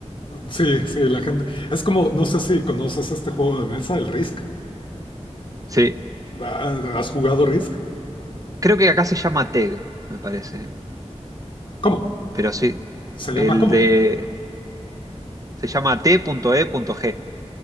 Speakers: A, on the left (about 45°); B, on the right (about 30°).
A: Sí, sí, la gente... Es como, no sé si conoces este juego de mesa, el Risk.
B: Sí,
A: Ah, ¿Has jugado Risk?
B: creo que acá se llama TEG, me parece.
A: ¿Cómo?
B: Pero sí,
A: ¿Se
B: el
A: llama cómo?
B: de... Se llama T.E.G.